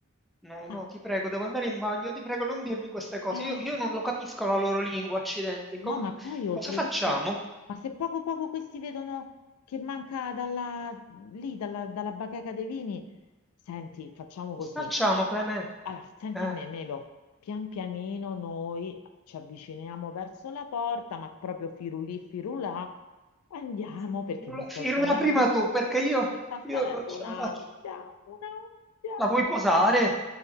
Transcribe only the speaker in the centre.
No,
no, ti prego, devo andare in bagno, ti prego, non dirmi queste cose.
Io, io non lo capisco la loro lingua, accidenti.
Come-
cosa facciamo?
Cosa
facciamo, Clemè?
Eh,
Sì.
firula,
firula
prima tu, perché io,
io
non ce
la faccio.
La vuoi posare?